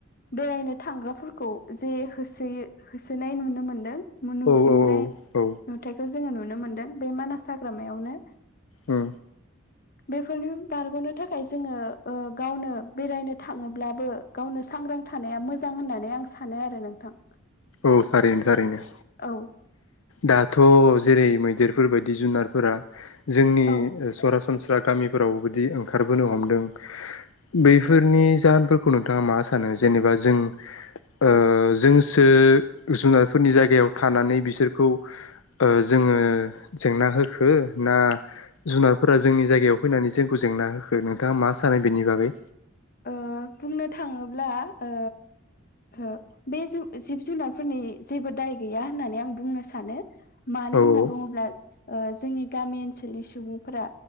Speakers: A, on the left (about 45°); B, on the left (about 80°).
A: बेरायनो थांग्राफोरखौ जे होसोयो होसोनाय नुनो मोनदों मोनु
B: औ
A: नुनाय नुथायाइखौ
B: औ
A: जोङो नुनो मोनदों बे मानास हाग्रामायावनो
B: ओ
A: बेफोरनि बारग'नो थाखाय जोङो ओ गावनो बेरायनो थाङोब्लाबो गावनो सांग्रां थानाया मोजां होननानै आं सानो आरो नोंथां।
B: औ थारैनो थारैनो।
A: औ
B: दाथ' जेरै मैदेरफोरबायदि जुनारफोरा जोंनि
A: औ
B: सरासनस्रा गामिफोराव बिदि ओंखारबोनो हमदों बैफोरनि जाहोनफोरखौ नोंथाङा मा सानो जों जेनेबा जों ओ जोंसो जुनारफोरनि जायगायाव थानानै बिसोरखौ ओ जोङो जेंना होखो ना जुनारफोरा जोंनि जायगायाव फैनानै जोंखौ जेंना होखो नोंथाङा मा सानो बेनि बागै?
A: ओ बुंनो थाङोब्ला ओ ओ बे जु जिब जुनारफोरनि जेबो दाय गैया होननानै आं बुंनो सानो। मानो
B: औ
A: होनना
B: औ
A: बुङोब्ला ओ जोंनि गामि ओनसोलनि सुबुंफोरा